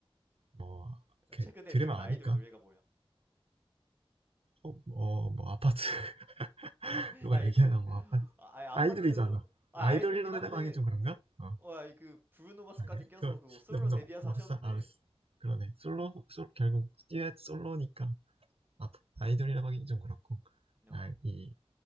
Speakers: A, on the right (about 80°); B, on the right (about 20°).
A: 뭐 이렇게
B: 최근에
A: 들으면
B: 들은
A: 아니까
B: 아이돌 노래가 뭐야?
A: 어뭐 뭐 뭐 아파트 <laughs>
B: <laughs>
A: 누가
B: 아이
A: 얘기하나
B: 그
A: 뭐 아파트
B: 아, 아이, 아파트
A: 아이돌이잖아
B: 아
A: 아이돌
B: 아이돌이긴
A: 노래라고
B: 한데.
A: 하기 좀 그런가 어
B: 어, 아이 그 브루노 마스까지
A: 알겠어
B: 껴서
A: 그
B: 그 솔로
A: 근데 뭔가
B: 데뷔해서
A: 막상
B: 하셨는데.
A: 알았어 그러네
B: 어.
A: 솔로 솔 결국 듀엣 솔로니까 아, 이돌이라고 하긴 좀 그렇고
B: No.
A: 아, 이